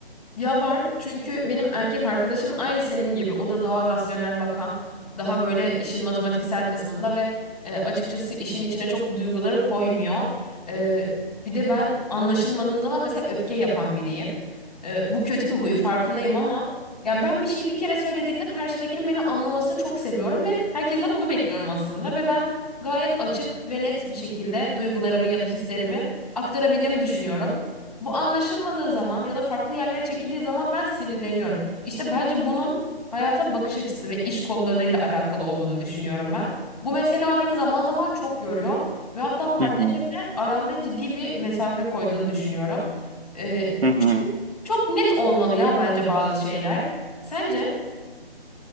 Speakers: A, in the centre; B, on the right.
A: Ya var çünkü benim erkek arkadaşım aynı senin gibi. O da daha rasyonel bakan, daha böyle işin matematiksel kısmında ve e, açıkçası işin içine çok duyguları koymuyor. E, bir de ben anlaşılmadığım zaman mesela öfke yapan biriyim. E, bu kötü bir huyu farkındayım ama yani ben bir şeyi bir kere söylediğimde karşımdakinin beni anlamasını çok seviyorum ve herkesten bunu bekliyorum aslında ve ben gayet açık ve net bir şekilde duygularımı ya da hislerimi aktarabildiğimi düşünüyorum. Bu anlaşılmadığı zaman ya da farklı yerlere çekildiği zaman ben sinirleniyorum. İşte bence bunun hayata bakış açısı ve iş kollarıyla alakalı olduğunu düşünüyorum ben. Bu mesela beni zaman zaman çok yoruyor ve hatta partnerimle
B: Hı hı.
A: aramda ciddi bir mesafe koyduğunu düşünüyorum. Ee,
B: Hı hı.
A: çünkü çok net olmalı ya bence bazı şeyler. Sence?